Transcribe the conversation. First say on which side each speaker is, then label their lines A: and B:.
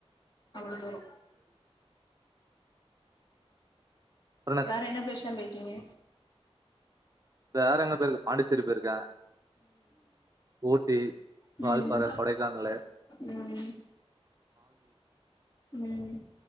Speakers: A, on the left; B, on the right.
A: அவ்ளோ தூரோ
B: அப்புறோ
A: வேற என்ன பேசனமே ஓகே
B: வேற எங்க போயிருக்கு பாண்டிச்சேரி போயிருக்கே ஊட்டி
A: உம்
B: வால்பாற கொடைக்கானலு
A: உம் உம்